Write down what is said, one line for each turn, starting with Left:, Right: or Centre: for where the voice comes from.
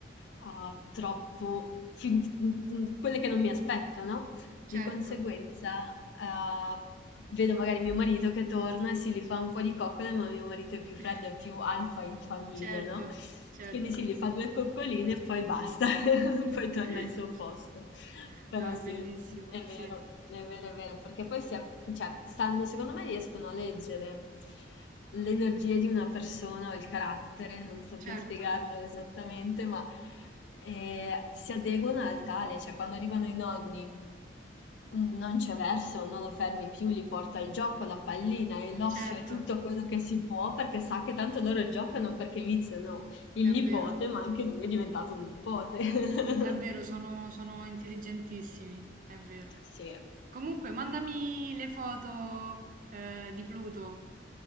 Left: uhm, troppo fin mhmm, quelle che non mi aspetto, no? Di
Right: Certo,
Left: conseguenza, ehm, vedo magari mio marito che torna e si li fa un po' di coccole, ma mio marito è più
Right: <laughs>
Left: freddo, è più alfa in famiglia,
Right: certo,
Left: no,
Right: certo.
Left: quindi sì, gli fa 2 coccoline e poi basta, <laughs> poi
Right: <laughs>
Left: torna al suo posto. Però
Right: No, è
Left: sì,
Right: bellissimo,
Left: è
Right: sì.
Left: vero, è vero, è vero, perché poi si a cioè sanno secondo me riescono a leggere l'energia di una persona o il carattere, non saprei
Right: Certo,
Left: spiegarlo esattamente, ma, ehm, si adeguano al tale, cioè quando arrivano i nonni Mm, Non c'è verso, non lo fermi più, gli porta il gioco, la pallina e l'osso
Right: certo,
Left: e tutto quello che si può perché sa che tanto loro giocano perché viziano il
Right: è
Left: nipote,
Right: vero,
Left: ma anche lui è diventato un nipote. <laughs>
Right: è vero, sono, sono intelligentissimi, è vero.
Left: Sì,
Right: Comunque, mandami le foto, eh, di Pluto.